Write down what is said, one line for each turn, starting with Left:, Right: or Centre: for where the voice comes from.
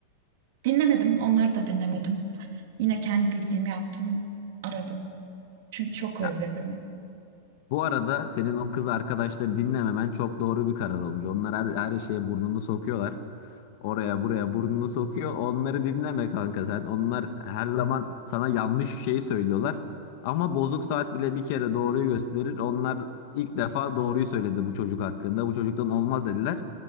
Right: dinlemedim. Onları da dinlemedim. Yine kendi bildiğimi yaptım, aradım. Çünkü çok
Left: Ya
Right: özledim.
Left: Bu arada senin o kız arkadaşları dinlememen çok doğru bir karar olmuş. Onlar her, her şeye burnunu sokuyorlar. Oraya buraya burnunu sokuyor. Onları dinleme kanka sen. Onlar her zaman sana yanlış şeyi söylüyorlar. Ama bozuk saat bile bir kere doğruyu gösterir. Onlar ilk defa doğruyu söyledi bu çocuk hakkında. Bu çocuktan olmaz dediler.